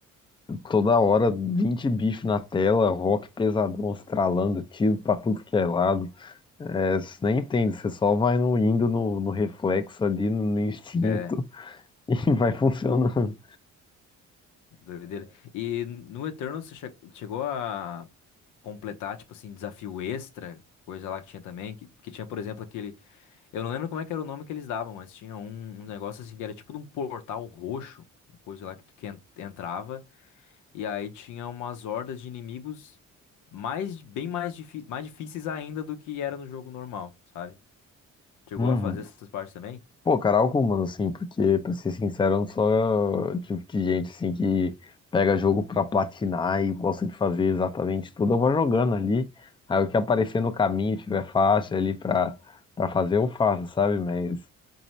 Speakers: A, on the left; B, on the left.
A: toda hora, 20 bichos na tela, rock pesadão estralando, tiro pra tudo que é lado. É, você nem entende, você só vai no, indo no, no reflexo ali, no, no instinto,
B: É,
A: <laughs> e vai funcionando.
B: doideira. E no Eternal você che- chegou a completar, tipo assim, desafio extra, coisa lá que tinha também, que, que tinha, por exemplo, aquele. Eu não lembro como é que era o nome que eles davam, mas tinha um, um negócio assim que era tipo de um portal roxo, uma coisa lá que tu que en- entrava, e aí tinha umas hordas de inimigos mais, bem mais, difí mais difíceis ainda do que era no jogo normal, sabe? Chegou
A: Uhum.
B: a fazer essas partes também?
A: Pô, cara, algumas, assim, porque, pra ser sincero, eu não sou o tipo de gente, assim, que pega jogo pra platinar e gosta de fazer exatamente tudo. Eu vou jogando ali, aí o que aparecer no caminho, tiver faixa ali pra, pra fazer, eu faço, sabe? Mas